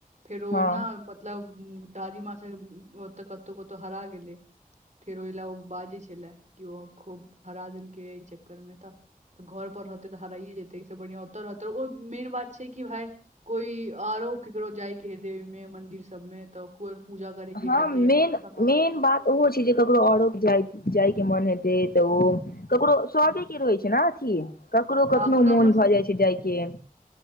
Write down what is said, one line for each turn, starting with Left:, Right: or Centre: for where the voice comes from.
Right: फेरो
Left: हँ
Right: ओना मतलब दादी माँ सब ओतऽ कतौ कतौ हरा गेलै फेर ओहि लए ओ बाजै छले कि ओ खूब हरा देलकै एहि चक्कर मे तऽ तऽ घर पर रहतै तऽ हराइए जेतै एहि से बढ़िआँ ओतय रहतै ओ मेन बात छै कि भाय कोई आरो केकरो जाइके हेतय देवी मे मंदिर सब मे तऽ कोय पूजा करै के
Left: हँ
Right: हेतै
Left: मेन
Right: या कोनो सामान
Left: मेन बात ओहो छै जे ककरो औरो जाय जाय के मोन हेतै तऽ ओ ककरो स्वादे के रहै छै ने अथी ककरो
Right: हँ
Left: कखनो
Right: कोनो
Left: मौन
Right: अपन
Left: भऽ
Right: से
Left: जाइत छै जाय के